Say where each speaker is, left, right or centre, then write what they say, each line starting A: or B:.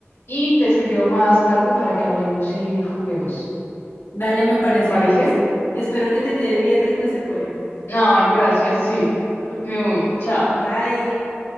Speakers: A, on the left; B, on the left.
A: y te escribo más tarde para que hablemos y juguemos.
B: Dale, me parece
A: ¿Te parece?
B: bien. Es- espero que te quede bien rico ese pollo.
A: No, gracias, sí.
B: <laughs>
A: Me voy. Chao.
B: Bye.